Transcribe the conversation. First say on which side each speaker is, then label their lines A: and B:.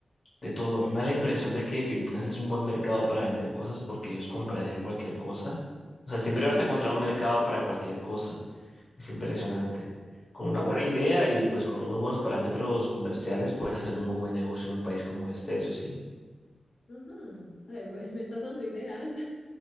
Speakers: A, on the left; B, on the left.
A: De todo, a mí me da la impresión de que Filipinas es un buen mercado para vender cosas porque ellos comprarían cualquier cosa. O sea, siempre
B: Ujú,
A: vas a encontrar un mercado para cualquier cosa. Es impresionante. Con una buena idea y pues con unos buenos parámetros comerciales puedes hacer un muy buen negocio en un país como este, eso sí.
B: Ajá. Ay, bueno, <laughs> me estás dando ideas.